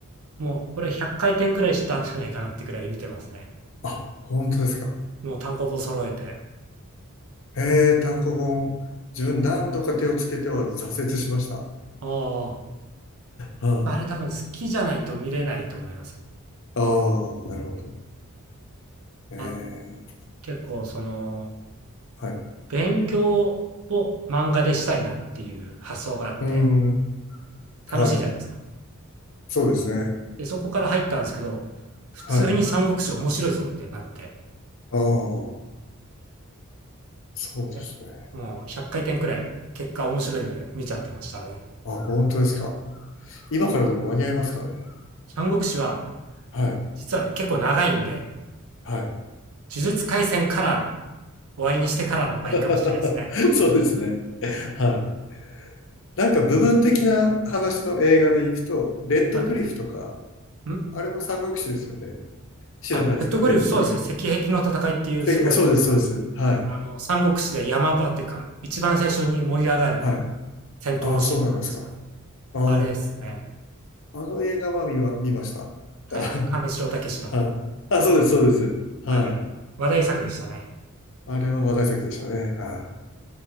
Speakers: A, on the right (about 75°); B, on the left (about 60°).
A: もう、これ100回転くらいしたんじゃないかなってくらい見てますね。
B: あ、本当ですか。
A: もう単行本揃えて。
B: ええ、単行本。自分何度か手をつけては挫折しました。<laughs>
A: あ
B: は
A: あ、あれ多分好きじゃないと見れないと思いますよ。
B: あ、ああ、なるほど。ええ、
A: あ、結構その、
B: はい。
A: 勉強を漫画でしたいなっていう発想があって、
B: うーん、
A: 楽しいじゃないですか。
B: はい。そうですね。
A: で、そこから入ったんですけど、普通に三国志面白いぞってなって、
B: はい。ああ、そうですね。
A: ねもう100回転くらい結果面白いので見ちゃってましたね。
B: あ、本当ですか。今からでも間に合いますからね。
A: 三国志は
B: はい。
A: 実は結構長いんで、
B: はい。
A: 呪術廻戦から終わりにしてからの方がいいかもしれないですね。
B: <laughs> そうですね。はい。なんか部分的な話の映画でいくと、レッドクリフとか、
A: はい。ん
B: あれも三国志ですよね。知らないですかレッドクリフ。
A: あ、レッドグリフ、そうですね。石壁の戦いっていうすごい、
B: えそうです、そうです。はい。
A: あの、三国志で山場っていうか、一番最初に盛り上がる
B: はい。
A: 戦闘のシーンがあるんですけど、
B: ああ、そうなんですか。ああ、
A: あれですね。
B: あの映画は見ま、見ました。
A: はいはい。
B: <laughs>
A: 金城武の、
B: はい。あ、そうです、そうです。はい。
A: はい。話題作でしたね。
B: あれは話題作でしたね。は